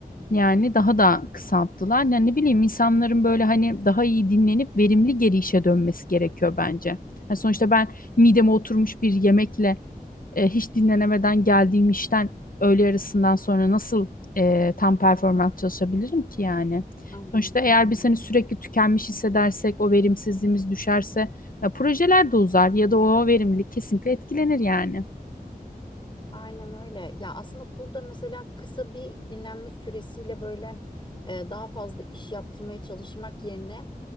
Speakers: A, on the left; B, on the left.
A: Yani daha da kısalttılar. Yani ne bileyim insanların böyle hani daha iyi dinlenip verimli geri işe dönmesi gerekiyor bence. Yani sonuçta ben mideme oturmuş bir yemekle e, hiç dinlenemeden geldiğim işten öğle arasından sonra nasıl e, tam performans çalışabilirim ki yani?
B: Aynen
A: Sonuçta eğer biz hani sürekli tükenmiş hissedersek o verimsizliğimiz düşerse ya projeler de uzar ya da o verimlilik kesinlikle etkilenir yani.
B: Aynen öyle. Ya aslında burada mesela kısa bir dinlenme süresiyle böyle e, daha fazla iş yaptırmaya çalışmak yerine